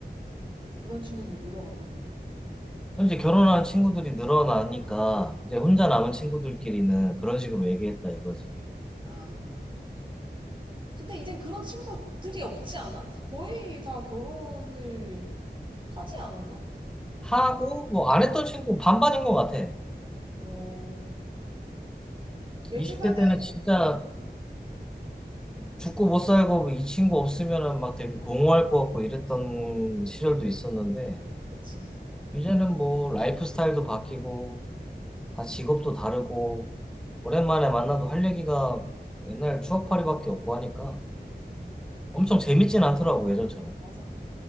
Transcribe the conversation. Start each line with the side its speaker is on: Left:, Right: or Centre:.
Right: 그런 친구들이 늘어간다고?
Centre: 그럼 이제 결혼한 친구들이 늘어나니까, 이제
Right: 어.
Centre: 혼자 남은 친구들끼리는 그런 식으로 얘기했다 이거지.
Right: 아. 근데 이젠 그런 친구들이 없지 않아? 거의 다 결혼을 하지 않았나?
Centre: 하고, 뭐 안 했던 친구 반반인 것 같아.
Right: 어, 내
Centre: 20대
Right: 주변은,
Centre: 때는 진짜
Right: 음.
Centre: 죽고 못 살고 이 친구 없으면은 막 되게 공허할 것 같고 이랬던 시절도 있었는데,
Right: 그치.
Centre: 이제는 뭐 라이프 스타일도 바뀌고 다 직업도 다르고 오랜만에 만나도 할 얘기가 옛날 추억팔이밖에 없고 하니까
Right: 응, 응.
Centre: 엄청 재밌진 않더라고 예전처럼.
Right: 맞아.